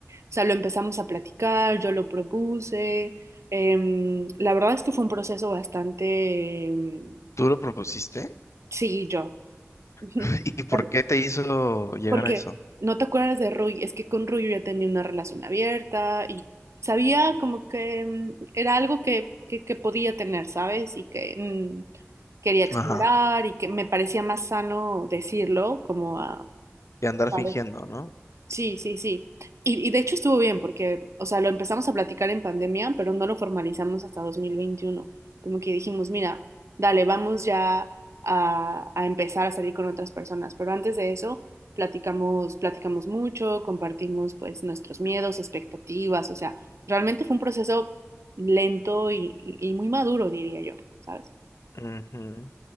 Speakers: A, on the right; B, on the left.
A: O sea, lo empezamos a platicar, yo lo propuse. em, la verdad es que fue un proceso bastante, em,
B: ¿Tú lo propusiste?
A: sí, yo. <laughs>
B: <laughs> ¿Y por
A: Tam-
B: qué te hizo llegar
A: Porque
B: a eso?
A: no te acuerdas de Rui, es que con Rui yo ya tenía una relación abierta y sabía como que mm, era algo que, que, que podía tener, ¿sabes? Y que mm, quería explorar
B: Ajá.
A: y que me parecía más sano decirlo, como a,
B: Y andar
A: ¿sabes?
B: fingiendo, ¿no?
A: Sí, sí, sí. Y, y de hecho estuvo bien porque, o sea, lo empezamos a platicar en pandemia, pero no lo formalizamos hasta 2021. Como que dijimos, mira, dale, vamos ya a, a empezar a salir con otras personas. Pero antes de eso, platicamos, platicamos mucho, compartimos pues nuestros miedos, expectativas. O sea, realmente fue un proceso lento y, y y muy maduro, diría yo, ¿sabes?
B: Ujú.